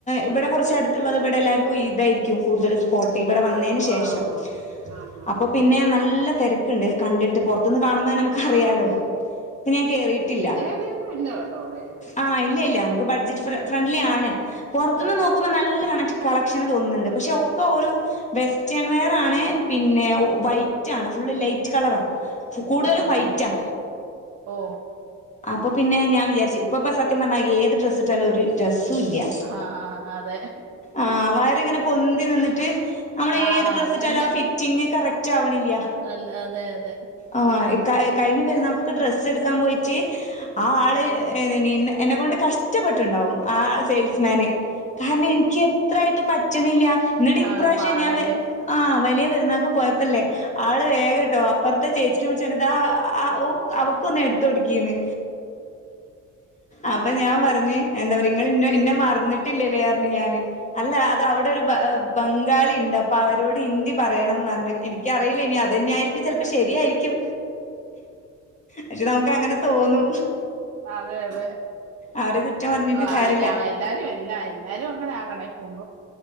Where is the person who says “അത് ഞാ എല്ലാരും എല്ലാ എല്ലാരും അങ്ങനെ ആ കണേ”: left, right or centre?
Right